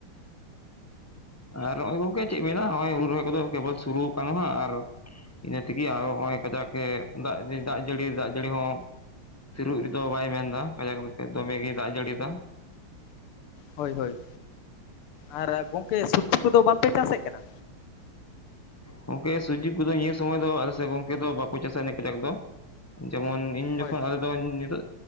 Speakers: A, on the left; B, on the left.
A: ᱟᱨ ᱱᱚᱜ-ᱚᱭ ᱜᱚᱢᱠᱮ ᱪᱮᱫ ᱢᱮᱱᱟᱜ-ᱟ ᱱᱚᱜᱼᱚᱭ ᱦᱩᱲᱩ ᱨᱚᱦᱚᱭ ᱠᱚᱫᱚ ᱠᱮᱵᱚᱞ ᱥᱩᱨᱩ ᱟᱠᱟᱱ ᱨᱮ ᱦᱚᱸ ᱟᱨ ᱦᱚᱸᱼᱼ ᱤᱱᱟᱹ ᱛᱮᱜᱮ ᱟᱨ ᱱᱚᱜᱼᱚᱭ ᱜᱟᱡᱟᱠ ᱮᱸ ᱫᱟᱜ ᱫᱤᱱ ᱫᱟᱜ ᱡᱟᱹᱲᱤ ᱫᱟᱜ ᱡᱟᱹᱲᱤ ᱦᱚᱸᱼᱼ ᱛᱷᱤᱨᱩᱚᱜ ᱜᱮᱛᱚ ᱵᱟᱭ ᱢᱮᱱᱫᱟ ᱜᱟᱡᱟᱠ ᱵᱚᱞᱛᱮ ᱫᱚᱢᱮᱜᱮᱭ ᱫᱟᱜ ᱡᱟᱹᱲᱤᱭᱫᱟ᱾
B: ᱦᱳᱭ ᱦᱳᱭ ᱟᱨ ᱜᱚᱢᱠᱮ ᱥᱚᱵᱡᱤ ᱠᱚᱫᱚ ᱵᱟᱝᱯᱮ ᱪᱟᱥᱮᱫ ᱠᱟᱱᱟ᱾
A: ᱜᱚᱢᱠᱮ ᱥᱚᱵᱡᱤ ᱠᱚᱫᱚ ᱱᱤᱭᱟᱹ ᱥᱚᱢᱚᱭ ᱫᱚ ᱟᱞᱮᱥᱮ ᱜᱚᱢᱠᱮ ᱫᱚ ᱵᱟᱠᱚ ᱪᱟᱥᱟ ᱤᱱᱟᱹᱜ ᱜᱟᱡᱟᱠ ᱫᱚ ᱡᱮᱢᱚᱱᱼᱼ ᱤᱧ ᱡᱚᱠᱷᱚᱱ
B: ᱦᱳᱭ
A: ᱟᱞᱮ ᱫᱚ ᱱᱤᱛᱚᱜ